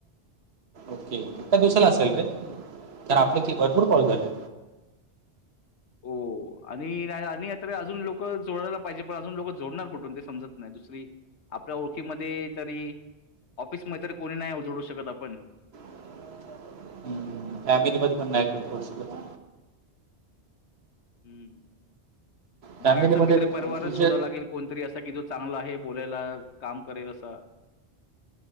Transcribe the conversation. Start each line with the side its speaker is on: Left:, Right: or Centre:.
Right: ओके एका दिवसाला
Left: हं.
Right: असेल काय? तर आपले ते भरपूर कॉल झाले.
Left: हो आणि नाही आणि तर अजून लोक जोडायला पाहिजे पण अजून लोक जोडणार कुठून ते समजत नाही दुसरी आप ल्या ओळखीमध्ये तरी ऑफिसमध्ये तरी कोणी नाही जोडू शकत आपण.
Right: <inaudible> हम्म फॅमिली मध्ये पण नाही <unintelligible> शकत
Left: हम्म
Right: फॅमिलीमध्ये
Left: बाहेरचा मित्र परिवारच
Right: तुझे
Left: शोधावा लागेल कोणतरी असा कि जो चांगला आहे बोलायला काम करेल असा.